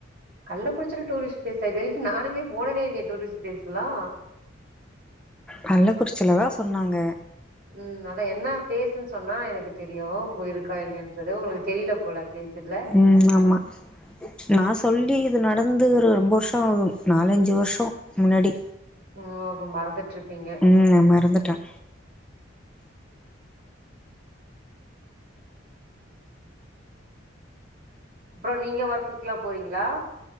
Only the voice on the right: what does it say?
கள்ளக்குறிச்சில டூரிஸ்ட் பிளேஸ் இதுரைக்கு நானுமே போனதே இல்லையே டூரிஸ்ட் ப்ளேஸ்ல்லா
ம் அத என்னா பேலேஸ்ன் சொன்னா எனக்கு தெரியு இப்ப இருக்கா இல்லைன்றது உங்ளுக்கு தெரில போல பிளேஸ்ல்ல
ம் அப்ப மறந்துட்டிருப்பீங்க
அப்றோ நீங்க ஒர்க்குக்லா போறீங்ளா